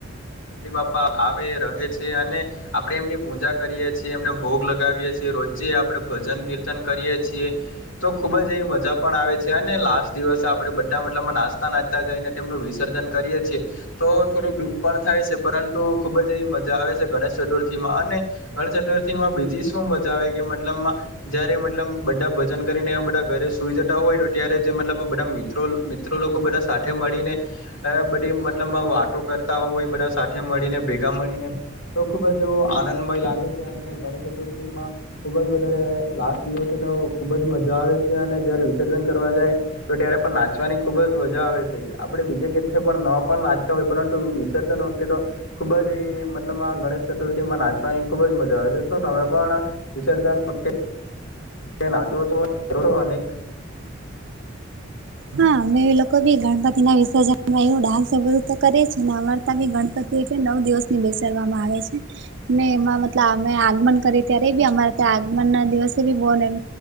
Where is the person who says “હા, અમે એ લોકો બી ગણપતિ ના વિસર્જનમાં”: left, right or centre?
Right